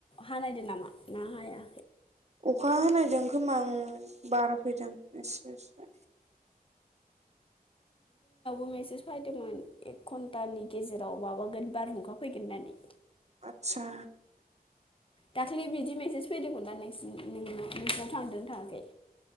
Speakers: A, on the left (about 35°); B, on the right (about 45°).
A: हानायदो नामा ना हाया?
B: अखा हानायदों खोमा उम बार फैदों एसे-एसे
A: आं मेसेज फायदोंमोन एक घन्टानि गेजेराव माबागोन बारहुंखा फैगोन होननानै।
B: आतसा।
A: दाखालि बिदि मेसेज फैदोंमोन ना नोंसि नोंनि नोंसिनाव थांदो थाङाखै?